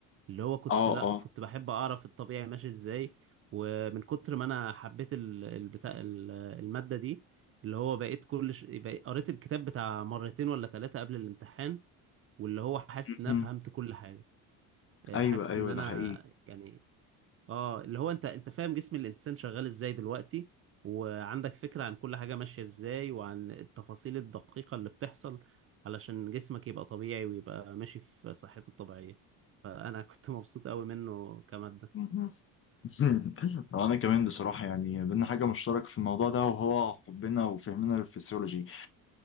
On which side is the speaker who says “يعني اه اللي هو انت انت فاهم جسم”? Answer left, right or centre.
Right